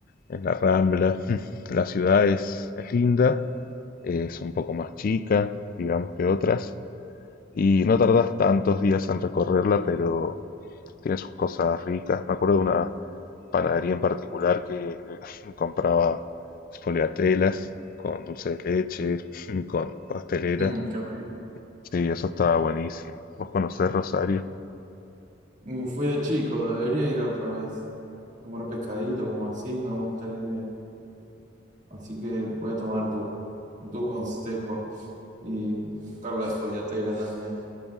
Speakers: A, on the left (about 45°); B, on the right (about 40°).
A: en la Rambla. <clears throat> La ciudad es, es linda, es un poco más chica, digamos que otras, y no tardas tantos días en recorrerla, pero tiene sus cosas ricas. Me acuerdo de una panadería en particular que <laughs> compraba spoliatelas con dulce de leche, <laughs> con pastelera.
B: Mm, qué rico.
A: Sí, eso estaba buenísimo. ¿Vos conocés Rosario?
B: Mm, Fui de chico, debería ir otra vez. Comer pescadito, como así, me gusta la idea. Así que voy a tomar tu, tu consejo. y buscar la espoliatela también.